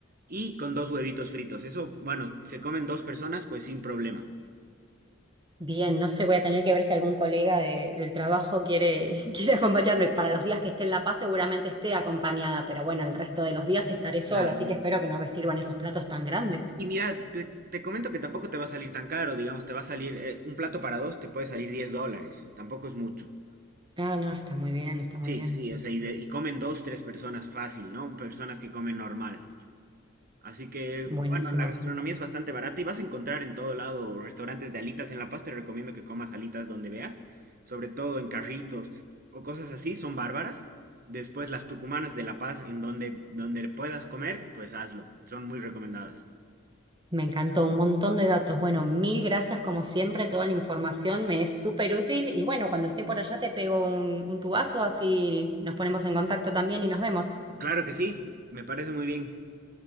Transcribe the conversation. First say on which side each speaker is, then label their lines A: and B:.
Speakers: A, on the right; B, on the right.
A: Y con dos huevitos fritos. Eso, bueno, se comen dos personas, pues sin problema.
B: bien, no sé, voy a tener que ver si algún colega de- del trabajo quiere, <laughs> quiere acompañarme. Para los días que esté en La Paz seguramente esté acompañada, pero bueno, el resto de los días estaré sola,
A: Claro.
B: así que espero que no me sirvan esos platos tan grandes.
A: Y mira, te, te comento que tampoco te va a salir tan caro, digamos, te va a salir eh, un plato para dos, te puede salir 10 dólares, tampoco es mucho.
B: Ah, no, está muy bien, está muy
A: Sí,
B: bien.
A: sí, o sea, y, de- y comen dos, tres personas fácil, ¿no? Personas que comen normal. Así que,
B: Buenísimo.
A: bueno, la gastronomía es bastante barata y vas a encontrar en todo lado restaurantes de alitas. En La Paz te recomiendo que comas alitas donde veas, sobre todo en carritos o cosas así, son bárbaras. Después las tucumanas de La Paz, en donde, donde puedas comer, pues hazlo, son muy recomendadas.
B: Me encantó un montón de datos. Bueno, mil gracias como siempre, toda la información me es súper útil y bueno, cuando esté por allá te pego un, un tubazo, así nos ponemos en contacto también y nos vemos.
A: Claro que sí, me parece muy bien.